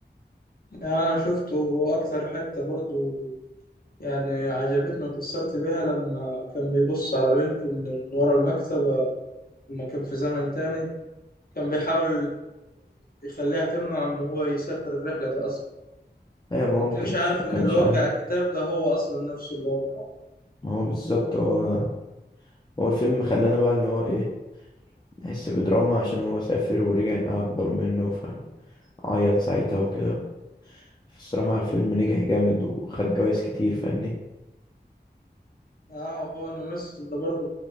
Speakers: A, on the left; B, on the left.
A: يعني أنا شفته أكتر حتة برضو يعني عجبتني واتأثرت بيها لما كان بيبص على بنته من من ورا المكتبة لما كان في زمن تاني كان بيحاول يخليها تمنع ان هو يسافر الرحلة دي اصلا
B: أيوة ما
A: ما
B: هو
A: كانش
B: ما كانش
A: عارف
B: ما
A: ان
B: كانش
A: اللي وقع
B: عارف
A: الكتاب ده هو اصلا نفسه اللي وقعه
B: ما هو بالظبط هو هو الفيلم خلانا بقى اللي هو إيه نحس بدراما عشان هو سافر ورجع لقاها أكبر منه ف عيط ساعتها وكده الصراحة الفيلم نجح جامد وخد جوايز كتير فاهمني
A: اه هو الممثل ده برضه